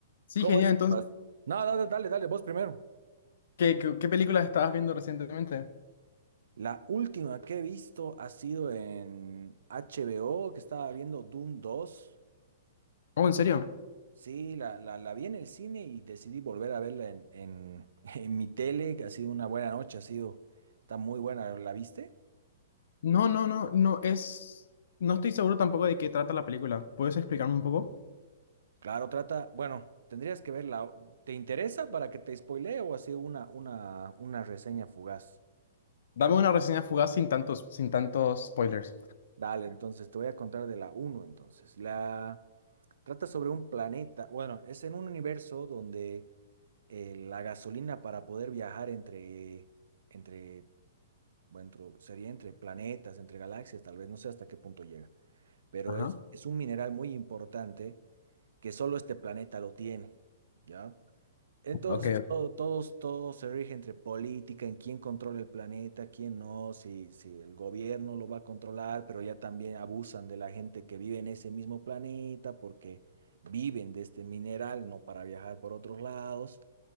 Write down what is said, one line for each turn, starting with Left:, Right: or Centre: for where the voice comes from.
Left: Sí,
Right: ¿Cómo
Left: genial.
Right: es?
Left: Entonces,
Right: Vas. No, no, no, dale, dale, vos primero.
Left: ¿qué, qué, qué películas estabas viendo recientemente?
Right: La última que he visto ha sido en HBO, que estaba viendo Doom dos.
Left: Oh, ¿en serio?
Right: Sí, la, la, la vi en el cine y decidí volver a verla en, en, <laughs> en mi tele, que ha sido una buena noche, ha sido, está muy buena, ¿la viste?
Left: No, no, no, no es. No estoy seguro tampoco de qué trata la película. ¿Puedes explicarme un poco?
Right: Claro, trata, bueno, tendrías que verla. ¿Te interesa para que te spoilee o así una, una, una reseña fugaz?
Left: Dame una reseña fugaz sin tantos, sin tantos spoilers.
Right: Dale, entonces te voy a contar de la uno entonces. La trata sobre un planeta, bueno, es en un universo donde eh, la gasolina para poder viajar entre, entre, bueno, entro- sería entre planetas, entre galaxias, tal vez, no sé hasta qué punto llega, pero
Left: Ajá,
Right: es, es un mineral muy importante que solo este planeta lo tiene, ¿ya? Entonces,
Left: ok,
Right: todo, todos, todo se rige entre política, en quién controla el planeta, quién no, si, si el gobierno lo va a controlar, pero ya también abusan de la gente que vive en ese mismo planeta porque viven de este mineral, no para viajar por otros lados.